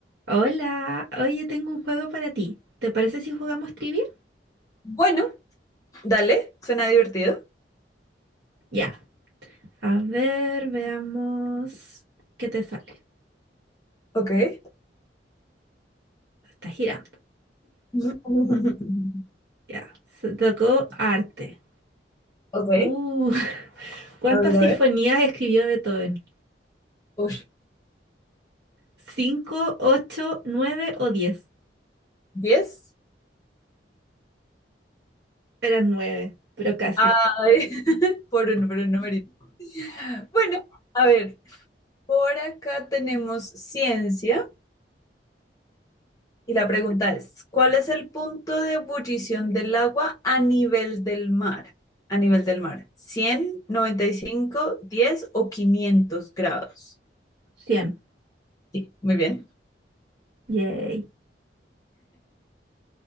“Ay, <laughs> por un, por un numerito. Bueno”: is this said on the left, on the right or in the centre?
Left